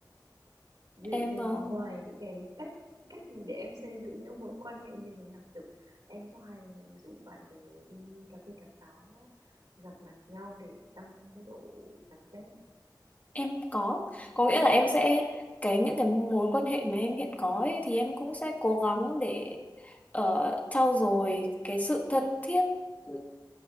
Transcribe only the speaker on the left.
em
ờ,
Em có, có nghĩa là em sẽ cái những cái mối quan hệ mà em hiện có ấy, thì em cũng sẽ cố gắng để ờ, trau dồi cái sự thân thiết, ừ,